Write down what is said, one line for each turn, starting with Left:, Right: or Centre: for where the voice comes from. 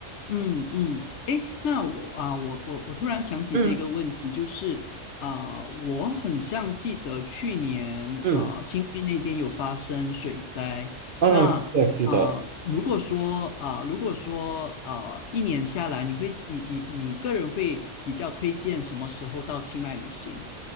Left: 嗯嗯，诶，那我啊，我我我突然想起这个问题，
Right: 嗯
Left: 就是啊、我很像记得去年啊、
Right: 嗯，
Left: 清迈那边有发生水灾。
Right: 嗯，
Left: 那啊、
Right: 是的，是的。
Left: 如果说啊、如果说啊、一年下来，你会你你你个人会比较推荐什么时候到清迈旅行？